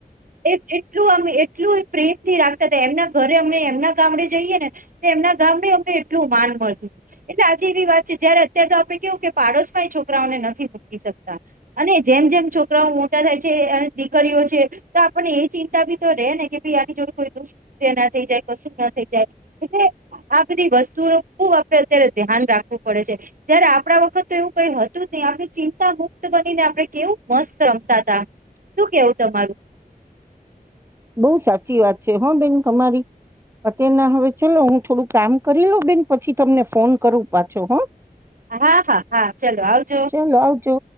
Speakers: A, on the right; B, on the right.
A: એ એટલું આમ એટલું એ પ્રેમ થી રાખતા તા. એમના ઘરે અમને એમના ગામડે જઈએ ને તે એમના ગામડે અમને એટલું માન મળતું તું એટલે આજે એવી વાત છે જયારે અત્યારે તો આપણે કેવું કે પાડોશમાં એ છોકરાઓને નથી મૂકી શકતા. અને જેમ જેમ છોકરાઓ મોટા થાય છે અને દીકરીઓ છે તો આપણને એ ચિંતા બી તો રે ને કે ભાઈ આની જોડે કોઈ દુષ્ ના થઈ જાય કશું ના થઈ જાય એટલે આ બધી વસ્તુ ખુબ આપણે અત્યારે ધ્યાન રાખવું પડે છે. જયારે આપણા વખત તો એવું કઈ હતું જ નહી. આપણી ચિંતા મુક્ત બનીને આપણે કેવું મસ્ત રમતા તા શું કેવું તમારું?
B: બહુ સાચી વાત છે હ બેન તમારી અત્યારના હવે ચલો હું થોડુંક કામ કરી લઉં બેન પછી તમને ફોન કરું પાછો હ
A: હા હા હા ચલો આવજો
B: ચલો આવજો.